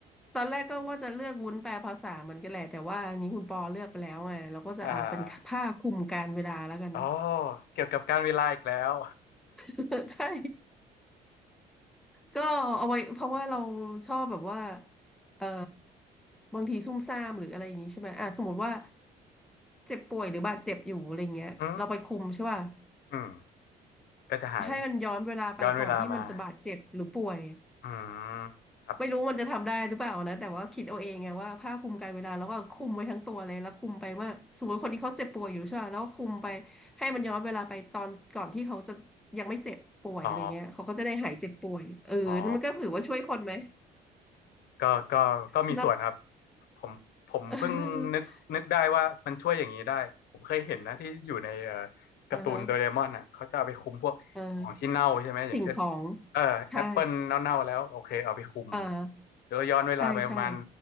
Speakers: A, in the centre; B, on the left.
A: ตอนแรกก็ว่าจะเลือกวุ้นแปลภาษาเหมือนกันแหละแต่ว่าอันนี้คุณปอเลือกไปแล้วไงเราก็จะเอาเป็นผ้าคลุมการเวลาแล้วกัน
B: อ่าอ๋อเกี่ยวกับการเวลาอีกแล้ว
A: <laughs> ใช่ก็เอาไว้เพราะว่าเราชอบแบบว่าเออบางทีซุ่มซ่ามหรืออะไรอย่างนี้ใช่ไหมอ่ะสมมติว่าเจ็บป่วยหรือบาดเจ็บอยู่อะไรเงี้ยเราไปคุมใช่ป่ะ
B: <laughs> อืมอืมก็จะหาย
A: ให้มันย้อนเวลาไปก่อนที่มันจะบาดเจ็บหรือป่วย
B: ย้อนเวลามาอืมครับ
A: ไม่รู้มันจะทำได้หรือเปล่านะแต่ว่าคิดเอาเองไงว่าผ้าคลุมกันเวลาแล้วก็คลุมไว้ทั้งตัวเลยแล้วคลุมไปว่าสมมติคนที่เขาเจ็บป่วยอยู่ใช่ป่ะแล้วก็คลุมไปให้มันย้อนเวลาไปตอนก่อนที่เขาจะยังไม่เจ็บป่วยอะไรเงี้ยเขาก็จะได้หายเจ็บป่วยเออนั่นมันก็ถือว่าช่วยคนไหม
B: อ๋ออ๋อ ก็ก็ก็มีส่วนครับ
A: <laughs> นะ
B: ผมผมเพิ่งนึกนึกได้ว่ามันช่วยอย่างนี้ได้
A: เออ
B: ผมเคยเห็นนะที่อยู่ในเอ่อการ์ตูนโดเรมอนอ่ะเขาจะเอาไปคุมพวกของที่เน่าใช่ไหม
A: อ่าฮะอ่า
B: อย่างเช่น
A: สิ่งของ
B: เออแอปเปิลเน่าๆแล้วโอเคเอาไปคุม
A: ใช่อ่า
B: เดี๋ยวย้อนเวลาไปประมาณ
A: ใช่ใช่